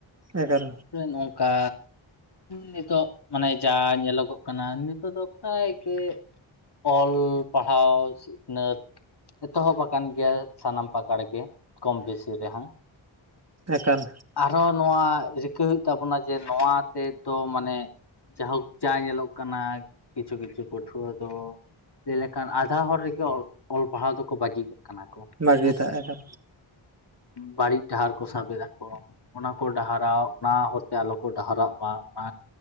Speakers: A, on the right; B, on the left.
A: ᱮᱠᱟᱞ᱾
B: ᱟᱵᱚᱨᱮᱱ ᱚᱱᱠᱟ ᱱᱤᱛᱚᱜ ᱢᱟᱱᱮ ᱡᱟ ᱧᱮᱞᱚᱜᱚᱜ ᱠᱟᱱᱟ ᱱᱤᱛᱚᱜ ᱫᱚ ᱯᱮᱨᱟᱭ ᱜᱮ ᱚᱞ ᱯᱟᱲᱦᱟᱣ ᱥᱤᱠᱷᱱᱟᱹᱛ ᱮᱛᱚᱦᱚᱵ ᱟᱠᱟᱱ ᱜᱮᱭᱟ ᱥᱟᱱᱟᱢ ᱯᱟᱠᱟᱲ ᱜᱮ ᱠᱚᱢ ᱵᱮᱥᱤ ᱨᱮᱦᱟᱸ᱾
A: ᱮᱠᱟᱞ᱾
B: ᱟᱨᱦᱚᱸ ᱱᱚᱣᱟ ᱨᱤᱠᱟᱹ ᱦᱩᱭᱩᱜ ᱛᱟᱵᱚᱱᱟ ᱡᱮ ᱱᱚᱣᱟ ᱛᱮᱫᱚ ᱢᱟᱱᱮ ᱡᱟᱭᱦᱳᱠ ᱪᱟ ᱧᱮᱞᱚᱜ ᱠᱟᱱᱟ ᱠᱤᱪᱷᱩ ᱠᱤᱪᱷᱩ ᱯᱟᱹᱴᱷᱩᱣᱟᱹ ᱫᱚ ᱡᱮᱞᱮᱠᱷᱟᱱ ᱟᱫᱷᱟ ᱦᱚᱨ ᱨᱮᱜᱮ ᱚᱞ ᱯᱟᱲᱦᱟᱣ ᱫᱚᱠᱚ ᱵᱟᱹᱜᱤ ᱠᱟᱜ ᱠᱟᱱᱟ ᱠᱚ᱾
A: ᱵᱷᱟᱜᱮ
B: ᱦᱮᱸᱥᱮ
A: ᱫᱟᱜ ᱮᱫᱟ᱾
B: ᱵᱟᱹᱲᱤᱡ ᱰᱟᱦᱟᱨ ᱠᱚ ᱥᱟᱵ ᱮᱫᱟᱠᱚ᱾ ᱚᱱᱟ ᱠᱚ ᱰᱟᱦᱟᱨᱟᱣ ᱚᱱᱟ ᱦᱚᱨᱛᱮ ᱟᱞᱚ ᱠᱚ ᱰᱟᱦᱟᱨᱟᱜ ᱢᱟ ᱚᱱᱟ